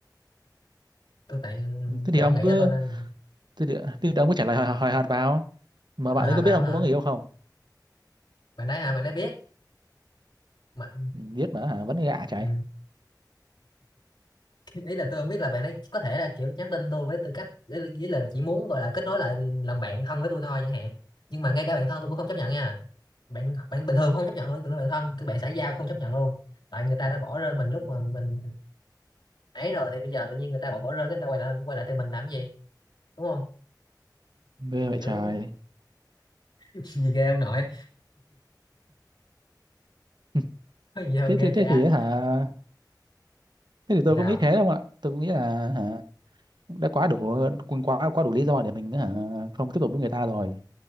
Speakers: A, on the left (about 75°); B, on the right (about 75°).
A: tôi tại
B: Ừ, thế thì
A: thì
B: ông
A: ông nghĩ
B: cứ
A: là tôi nên
B: thế thì, thế thì ông cứ trả lời hời, hời hợt vào mà bạn
A: à,
B: ấy có
A: bảo
B: biết ông
A: hả
B: có người yêu không
A: bạn đấy hả bạn đấy biết mà
B: ừ, biết mà hả vẫn gạ chạy
A: ừ. ý là tôi không biết là bạn ấy có thể là kiểu nhắn tin tôi với tư cách ý là ý là chỉ muốn gọi là kết nối lại làm bạn thân với tôi thôi chẳng hạn nhưng mà ngay cả bạn thân tôi cũng không chấp nhận nha bạn bạn bình thường cũng không chấp nhận luôn đừng nói bạn thân cứ bạn xã giao không chấp nhận luôn tại người ta đã bỏ rơi mình lúc
B: Ừ,
A: mà mình ấy rồi thì bây giờ tự nhiên người ta bỏ bỏ rơi cái người ta quay lại quay lại từ mình làm gì đúng không
B: mê vậy
A: kiểu
B: trời
A: <laughs> gì ghê ông nội
B: <laughs>
A: có gì đâu
B: thế
A: ghê
B: thế thế
A: cha
B: thì hả thế thì tôi
A: sao
B: cũng nghĩ thế không ạ tôi cũng nghĩ là hả đã quá đủ cũng quá quá đủ lý do để mình hả không tiếp tục với người ta rồi